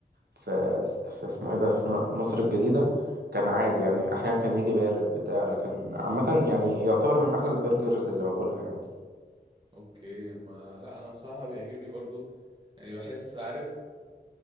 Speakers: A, on the right (about 70°); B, on the right (about 25°).
A: في في اسمه إيه ده في م- مصر الجديدة كان عادي يعني أحيانا كان يجي بارد بتاع لكن عامة يعني يعتبر من أحلى البرجرز اللي باكلها يعني
B: اوكي ما لا انا بصراحة بيعجبني برضه يعني بحس عارف